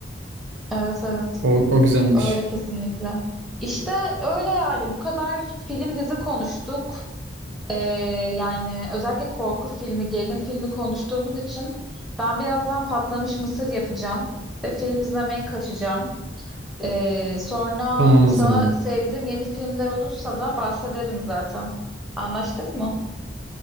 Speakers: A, in the centre; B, on the right (about 85°).
A: evet evet.
B: O, o güzelmiş.
A: Öyle kesinlikle. İşte öyle yani. Bu kadar film dizi konuştuk. Ee, yani özellikle korku filmi, gerilim filmi konuştuğumuz için ben birazdan patlamış mısır yapacağım ve film izlemeye kaçacağım. Ee, sonra
B: Tamam
A: sana
B: o zaman.
A: sevdiğim yeni filmler olursa da bahsederim zaten. Anlaştık mı?